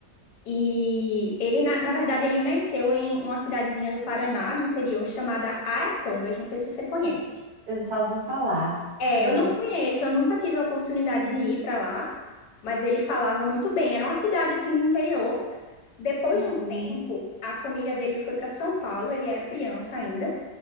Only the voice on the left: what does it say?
E ele, na, na verdade, ele nasceu em uma cidadezinha do Paraná, do interior, chamada Arapongas. Não sei se você conhece.
É,
eu não conheço, eu nunca tive a oportunidade de ir para lá, mas ele falava muito bem. Era uma cidade assim de interior. Depois
de um tempo, a família dele foi para São Paulo, ele era criança ainda,